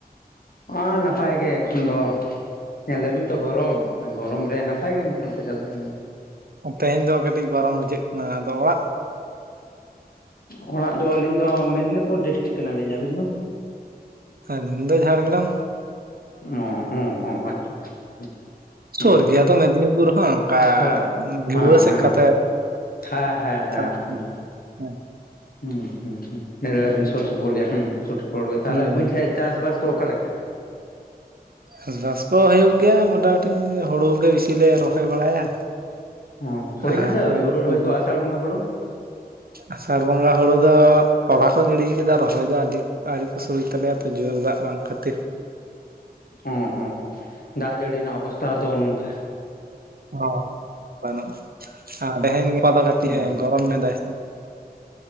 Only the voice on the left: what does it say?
ᱟ ᱱᱟᱯᱟᱭ ᱜᱮ ᱮᱠᱷᱚᱱ ᱫᱚ ᱧᱮᱞ ᱫᱟᱵᱤᱱ ᱛᱚ ᱜᱚᱨᱚᱢ ᱟ ᱜᱚᱨᱚᱢ ᱨᱮ ᱱᱟᱯᱟᱭ ᱜᱮ ᱢᱚᱴᱟᱢᱩᱴᱤ ᱥᱟᱵ ᱫᱟᱲᱮᱭᱟᱜ ᱟ ᱵᱤᱱ
ᱦᱚ ᱚᱲᱟᱜ ᱫᱚ ᱟᱹᱞᱤᱧ ᱫᱚ ᱢᱮᱫᱽᱱᱤᱯᱩᱨ ᱰᱤᱥᱴᱤᱠ ᱠᱟᱱᱟᱞᱤᱧ ᱟᱹᱵᱤᱱ ᱫᱚ?
ᱚ ᱚ ᱚ ᱟᱪᱪᱷᱟ ᱟᱪᱪᱷᱟ ᱦᱩᱸ
ᱦᱮᱸ
ᱦᱮᱸ
ᱦᱮᱸ ᱦᱮᱸ ᱦᱮᱸ
ᱦᱚ
ᱦᱩᱸ ᱦᱩᱸ ᱦᱩᱸ ᱞᱟᱹᱭ ᱫᱟᱲᱮᱭᱟᱜ
ᱵᱤᱱ ᱥᱩᱨ ᱥᱩᱯᱩᱨ ᱜᱮᱭᱟ ᱦᱮᱸ ᱥᱩᱨ ᱥᱩᱯᱩᱨ ᱜᱮ ᱛᱟᱦᱚᱞᱮ
ᱟᱵᱤᱱ ᱥᱮᱫ ᱪᱟᱥᱵᱟᱥ ᱠᱚ ᱚᱠᱟᱞᱮᱠᱟ
ᱚ ᱦᱩᱭᱱᱟ
ᱥᱮ ᱟᱣᱨᱤ ᱦᱩᱲᱩ
ᱨᱚᱦᱚᱭ ᱠᱚ ᱟᱥᱟᱲ ᱵᱚᱸᱜᱟ ᱦᱳᱲᱳ
ᱚ ᱫᱟᱜ ᱡᱟᱹᱲᱤ ᱨᱮᱱᱟᱜ ᱚᱵᱚᱥᱛᱟᱷᱟ ᱦᱚ ᱛᱚ ᱱᱚᱝᱠᱟ
ᱦᱩᱸ